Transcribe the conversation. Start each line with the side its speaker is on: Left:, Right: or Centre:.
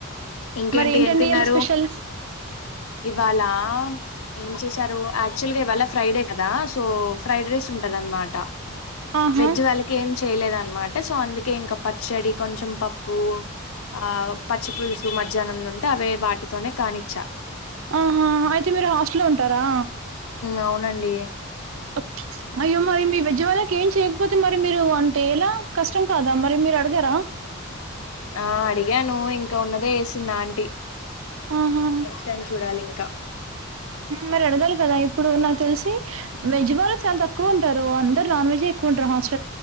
Left: ఇంకేంటి
Right: మరి ఏంటండి
Left: ఎం తిన్నారు
Right: ఇయాల స్పెషల్
Left: ఇవాళ ఏం చేశారు యాక్చువల్గా ఇవాళ ఫ్రైడే కదా సో ఫ్రైడ్ రైస్ ఉంటందనమాట
Right: ఆహా
Left: వెజ్ వాళ్ళకి ఏం చేయలేదనమాట సో అందుకే ఇంకా పచ్చడి కొంచెం పప్పు ఆ పచ్చిపులుసు మధ్యాహ్నంది ఉంటే అవే వాటితోనే కానిచ్చ
Right: ఆహా అయితే మీరు హాస్టల్లో ఉంటారా
Left: అవునండి.
Right: ఓే అయ్యో మరి మీ వెజ్ వాళ్ళకి ఏం చేయకపోతే మరి మీరు అంటే ఎలా? కష్టం కాదా మరి మీరు అడగరా?
Left: ఆ అడిగాను ఇంకా ఉన్నదే ఏసింది ఆంటీ.
Right: ఆహా!
Left: నెక్స్ట్ టైం చూడాలి ఇం క్క
Right: మరి అడగాలి కదా. ఇప్పుడు నాకు తెలిసి వెజ్ వాళ్ళు చాలా తక్కువ ఉం టరు. అందరు నాన్ వెజే ఎక్కువుంటరు హాస్ట